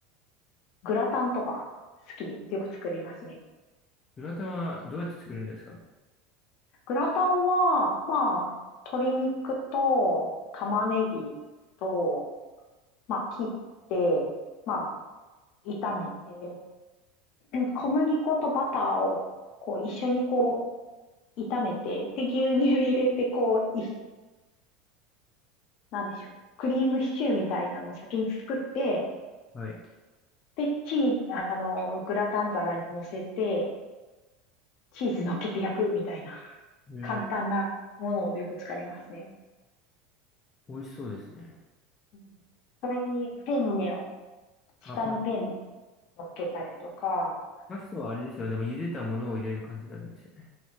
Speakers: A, on the left; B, on the left.
A: グラタンとか好きでよく作りますね。
B: グラタンはどうやって作るんですか
A: グラタンは、まあ、鶏肉と玉ねぎと、まあ、切って、まあ、炒めて、小麦粉とバターをこう一緒にこう炒めて、で、牛乳入れて、こう、い、なんでしょう。クリームシチューみたいなのを先に作って、
B: はい。
A: で、チーズ、あの、グラタン皿に乗せて、チーズ乗っけて焼くみたいな、
B: えー、
A: 簡単なものをよく使いますね。
B: 美味しそうですね。
A: うんそれにペンネを、下にペンネ乗っけたりとか、
B: あ、パ、パスタはあれですよね。でも茹でたものを入れる感じなんですよ。